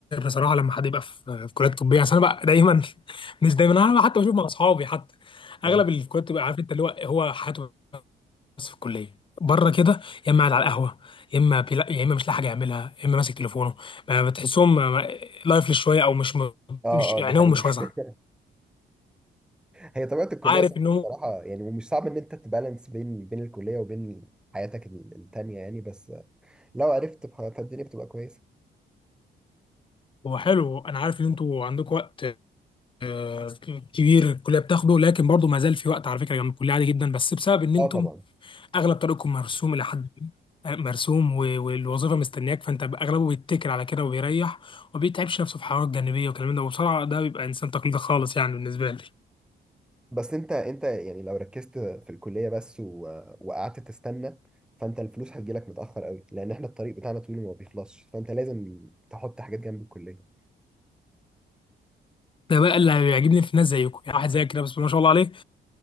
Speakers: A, on the left; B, in the centre.
A: بصراحه لما حد يبقى في في كليات طبيه عشان انا بقى دايما <laughs> مش دايما انا حتى بشوف مع اصحابي حتى
B: اه
A: اغلب الكليات بتبقى عارف انت اللي هو هو حياته بس في الكليه بره كده يا اما قاعد على القهوه يا اما بيلا... يا اما مش لاقي حاجه يعملها يا اما ماسك تليفونه ما بتحسهم ما- ما- لايفلس شويه او مش م...
B: اه
A: مش
B: اه
A: عينيهم
B: دي حقيقة
A: مش واسعه
B: <laughs> هي طبيعة الكلية
A: عارف
B: صعبة
A: انه
B: بصراحة يعني ومش صعب ان انت تبالانس بين بين الكلية وبين حياتك ال- التانية يعني بس آه، لو عرفت بخطة الدنيا بتبقى كويسة
A: هو حلو انا عارف ان انتوا عندكم وقت آه، كبير الكليه بتاخده لكن برضه ما زال في وقت على فكره جنب الكليه عادي جدا بس بسبب ان انتم
B: اه طبعا
A: اغلب طريقكم مرسوم الى حد ما، آه، مرسوم و... والوظيفه مستنياك فانت اغلبه بيتكل على كده وبيريح وما بيتعبش نفسه في حوارات جانبيه والكلام ده وبصراحه ده بيبقى انسان تقليدي خالص يعني بالنسبه لي
B: بس انت انت يعني لو ركزت في الكلية بس و... وقعدت تستنى فانت الفلوس هتجيلك متأخر قوي لان احنا الطريق بتاعنا طويل وما بيخلصش فانت لازم تحط حاجات جنب الكلية
A: ده بقى اللي بيعجبني في ناس زيكم يعني واحد زيك كده بس ما شاء الله عليه